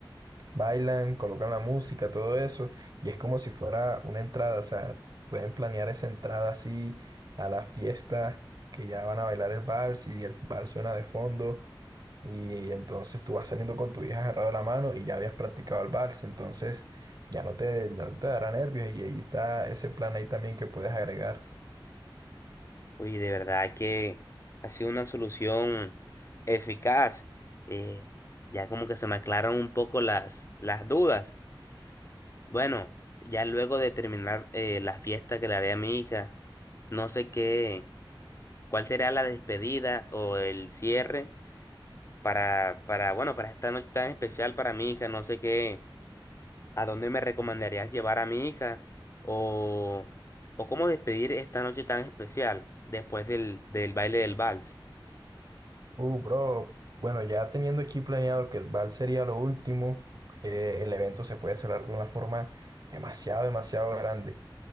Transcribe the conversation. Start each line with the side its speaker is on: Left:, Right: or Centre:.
Right: bailan, colocan la música, todo eso, y es como si fuera una entrada, o sea, pueden planear esa entrada así a la fiesta que ya van a bailar el vals y el vals suena de fondo, y, entonces tú vas saliendo con tu hija agarrado de la mano y ya habías practicado el vals, entonces ya no te, no te dará nervios y ahí está ese plan ahí también que puedes agregar.
Left: Uy, de verdad que ha sido una solución eficaz. Eh, ya como que se me aclaran un poco las, las dudas. Bueno, ya luego de terminar eh, la fiesta que le haré a mi hija, no sé qué, cuál será la despedida o el cierre para, para, bueno, para esta noche tan especial para mi hija, no sé qué, a dónde me recomendarías llevar a mi hija o, o cómo despedir esta noche tan especial después del, del baile del vals.
Right: Uh, bro, bueno, ya teniendo aquí planeado que el vals sería lo último, eh, el evento se puede cerrar de una forma demasiado, demasiado grande.